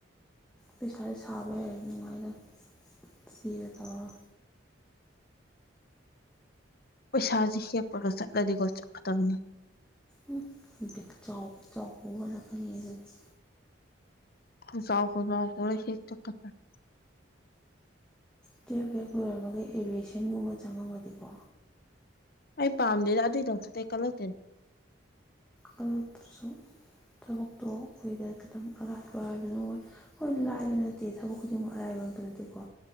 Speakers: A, in the centre; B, on the left.
A: ꯄꯩꯁꯥꯖ‌ꯦ ꯁꯥꯕꯥ ꯍꯩꯔꯗꯤ ꯅꯨꯡꯉꯥꯏꯗꯧꯅ‌ꯦ ꯆ‌ꯦꯗ ꯇꯧꯔꯥ
B: ꯄꯩꯁꯥꯖ‌ꯦ ꯍꯦꯛꯞꯄꯒ ꯆꯠꯂꯗꯤꯀꯣ ꯆꯠꯀꯗꯕꯅꯤ
A: ꯎꯝ ꯕ‌ꯦꯛꯆꯥꯎ ꯕ‌ꯦꯛ ꯆꯥꯎ ꯄꯨꯔ ꯍꯜꯂꯛꯀꯅꯤꯍ‌ꯦ ꯗꯨꯗꯤ
B: ꯈꯧꯖꯥꯎ ꯈꯧꯖꯥꯎ ꯄꯨꯔ ꯍꯦꯛ ꯆꯠꯀꯗꯝꯅ‌ꯦ
A: ꯇ꯭ꯋ‌ꯦꯞ ꯍ‌ꯦꯛ ꯂꯣꯏꯔꯝꯕꯒ ꯑꯦꯚꯤꯌꯦꯁꯟꯒꯨꯝꯕ ꯆꯪꯉꯝꯃꯗꯤꯀꯣ
B: ꯑꯩ ꯄꯥꯝꯗꯦꯗ ꯑꯗꯨꯏ ꯊꯕꯛꯇꯨꯗꯤ ꯑꯩ ꯀꯜꯂꯛ
A: ꯀꯂꯛꯄꯁꯨ ꯊꯕꯛꯇꯣ ꯑꯩꯈꯣꯏꯗ ꯈꯤꯇꯪ ꯑꯔꯥꯏꯕ ꯍꯥꯏꯕꯗꯨ ꯑ‌ꯣꯏ ꯍꯣꯏ ꯂꯥꯏꯕ ꯅꯠꯇꯦ ꯊꯕꯛ ꯈꯨꯗꯤꯡꯃꯛ ꯑꯔꯥꯏꯕ ꯑꯝꯇ ꯅꯠꯇꯦꯀꯣ